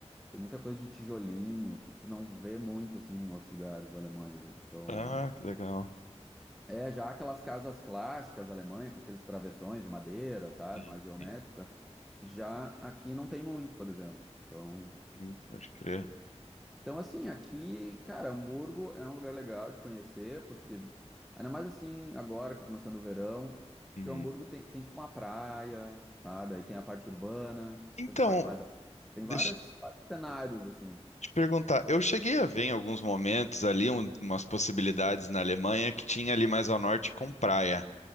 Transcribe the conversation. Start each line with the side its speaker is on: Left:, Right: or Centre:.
Centre: Tem muita coisa de tijolinho que tu não vê muito assim em outros lugares da Alemanha, né? Então,
Left: Ah, que legal.
Centre: é já aquelas casas clássicas da Alemanha com aqueles travessões de madeira, sabe,
Left: Sim,
Centre: mais geométrico,
Left: sim.
Centre: aqui- já aqui não tem muito, por exemplo. Então,
Left: Hum, Pode crer.
Centre: então assim, aqui, cara, Hamburgo é um lugar legal de conhecer, porque ainda mais assim agora que tá começando o verão, porque
Left: Uhum.
Centre: Hamburgo tem, tem tipo uma praia, sabe? Aí tem a parte urbana,
Left: Então,
Centre: tem essa parte mais da... tem
Left: deixa
Centre: vários,
Left: eu
Centre: vários cenários assim.
Left: te perguntar. Eu cheguei a ver em alguns momentos ali um- umas possibilidades na Alemanha que tinha ali mais ao norte com praia.